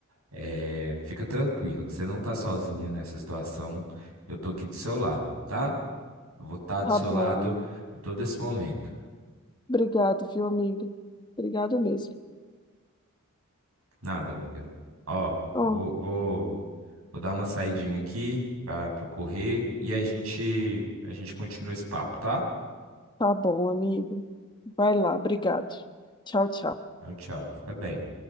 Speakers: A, on the right (about 80°); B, on the left (about 20°).
A: É, fica tranquila, que você não tá sozinha nessa situação. Eu tô aqui do seu lado, tá? Vou estar do
B: Tá
A: seu
B: bom.
A: lado
B: amiga.
A: em todo esse momento.
B: Obrigado, viu, amigo? Obrigado mesmo.
A: Nada, amiga. Ó,
B: Ó.
A: vou, vou, vou dar uma saidinha aqui pra, pra correr e a gente, a gente continua esse papo, tá?
B: Tá bom, amigo. Vai lá, obrigado. Tchau, tchau.
A: Tchau, tchau. Fica bem.